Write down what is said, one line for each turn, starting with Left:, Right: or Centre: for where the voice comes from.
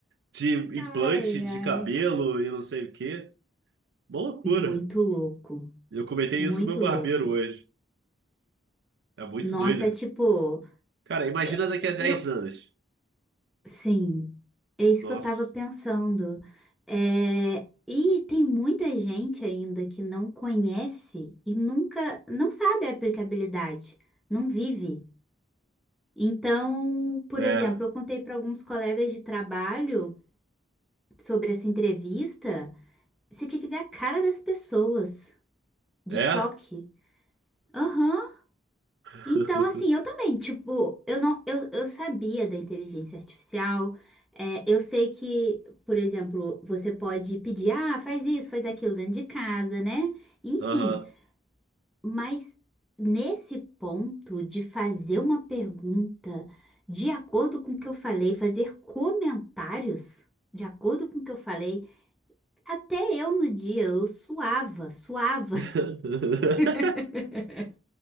Right: De
Centre: Ai,
Right: implante de
Centre: ai.
Right: cabelo e não sei o quê. Uma loucura.
Centre: muito louco,
Right: Eu comentei
Centre: muito
Right: isso com meu barbeiro
Centre: louco.
Right: hoje. É muito
Centre: Nossa,
Right: doido.
Centre: é tipo,
Right: Cara, imagina
Centre: é-
Right: daqui a dez
Centre: eu,
Right: anos.
Centre: Sim, é isso
Right: Nossa.
Centre: que eu estava pensando. É, e tem muita gente ainda que não conhece e nunca, não sabe a aplicabilidade, não vive. Então, por
Right: É.
Centre: exemplo, eu contei para alguns colegas de trabalho sobre essa entrevista. Você tinha que ver a cara das pessoas, de
Right: É?
Centre: choque. Aham,
Right: <laughs>
Centre: Então, assim, eu também, tipo, eu não, eu, eu sabia da inteligência artificial. é, eu sei que, por exemplo, você pode pedir, ah, faz isso, faz aquilo dentro de casa, né? Enfim,
Right: Aham.
Centre: mas nesse ponto de fazer uma pergunta de acordo com o que eu falei, fazer comentários de acordo com o que eu falei, até eu no dia eu suava, suava.
Right: <laughs>
Centre: <laughs>